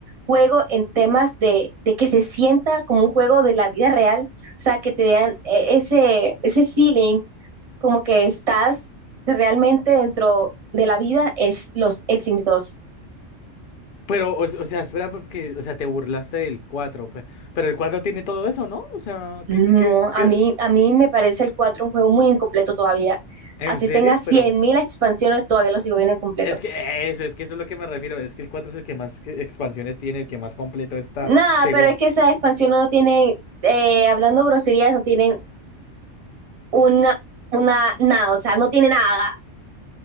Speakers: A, on the right; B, on the left.
A: juego en temas de, de que se sienta como un juego de la vida real, o sea, que te den eh, ese, ese feeling como que estás realmente dentro de la vida, es los, el Sims dos
B: Pero, o, o sea, espera, porque, o sea, te burlaste del 4 pe- pero el 4 tiene todo eso, ¿no? O sea,
A: No,
B: ¿qué, qué,
A: a
B: qué?
A: mí, a mí me parece el 4 un juego muy incompleto todavía.
B: ¿En
A: Así
B: serio?
A: tenga cien
B: Pero
A: mil expansiones, todavía lo sigo viendo incompleto.
B: es que eso, es que eso es lo que me refiero, es que el 4 es el que más que- expansiones tiene, el que más completo está,
A: Nada,
B: según.
A: pero es que esas expansiones no tienen, eh, hablando groserías, no tienen una, una, nada, o sea, no tiene nada,